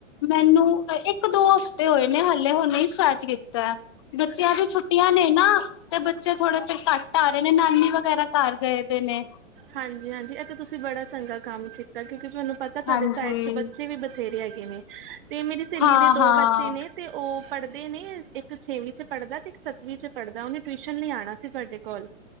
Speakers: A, on the left; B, on the right.
A: ਮੈਨੂੰ ਇੱਕ ਦੋ ਹਫ਼ਤੇ ਹੋਏ ਨੇ ਹਾਲੇ ਹੁਣ ਹੀ ਸਟਾਰਟ ਕੀਤਾ। ਬੱਚਿਆਂ ਦੀ ਛੁੱਟੀਆਂ ਨੇ ਨਾ ਤੇ ਬੱਚੇ ਥੋੜੇ ਫੇਰ ਘੱਟ ਆ ਰਹੇ ਨੇ ਨਾਨੀ ਵਗੈਰਾ ਘਰ ਗਏ ਦੇ ਨੇ
B: ਹਾਂਜੀ ਹਾਂਜੀ ਇਹ ਤਾਂ ਤੁਸੀਂ ਬੜਾ ਚੰਗਾ ਕੰਮ ਕੀਤਾ ਕਿਉਂਕਿ ਤੁਹਾਨੂੰ ਪਤਾ। ਤੁਹਾਡੇ
A: ਹਾਂਜੀ
B: ਸਾਈਡ ਚ ਬੱਚੇ ਵੀ ਬਥੇਰੇ ਹੈਗੇ ਨੇ ਤੇ ਮੇਰੀ ਸਹੇਲੀ
A: ਹਾਂ
B: ਦੇ ਦੋ
A: ਹਾਂ
B: ਬੱਚੇ ਨੇ। ਤੇ ਉਹ ਪੜ੍ਹਦੇ ਨੇ ਇੱਕ ਛੇਵੀਂ ਚ ਪੜ੍ਹਦਾ ਤੇ ਇੱਕ ਸੱਤਵੀਂ ਚ ਪੜ੍ਹਦਾ ਉਹਨੇ ਟਿਊਸ਼ਨ ਲਈ ਆਣਾ ਸੀ ਤੁਹਾਡੇ ਕੋਲ।